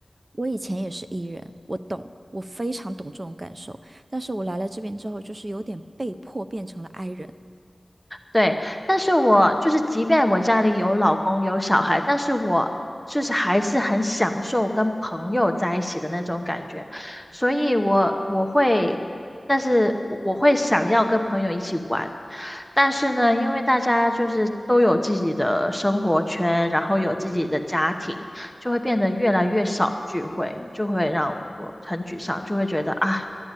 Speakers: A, on the right; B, in the centre.
A: 我以前也是 E 人，我懂，我非常懂这种感受。但是我来了这边之后，就是有点被迫变成了 I 人。
B: 对，但是我就是，即便我家里有老公有小孩，但是我就是还是很享受跟朋友在一起的那种感觉，所以我我会，但是我我会想要跟朋友一起玩，但是呢，因为大家就是都有自己的生活圈，然后有自己的家庭，就会变得越来越少聚会，就会让我很沮丧，就会觉得啊，